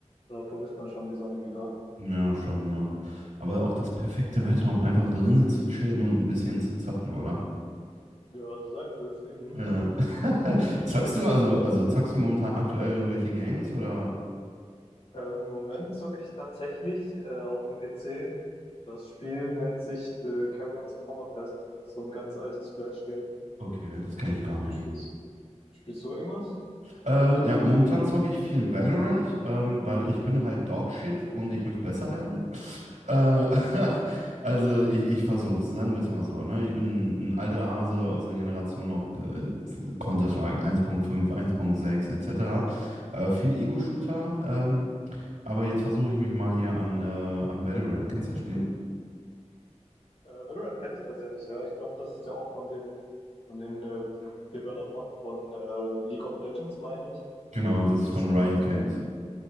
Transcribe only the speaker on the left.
Da vermisst man schon die Sonne wieder.
Ja, du sagst es eben.
Ähm, im Moment zocke ich tatsächlich äh, auf dem PC. Das Spiel nennt sich The Caverns of Hammerfest. Das ist so ein ganz altes Flash-Game.
Äh,
Spielst, spielst du irgendwas?
Äh, Valorant kenne ich tatsächlich, ja. Ich glaube, das ist ja auch von den, von den äh, Developern von äh, League of Legends, meine ich.
Und
das
so
ein, so
ein,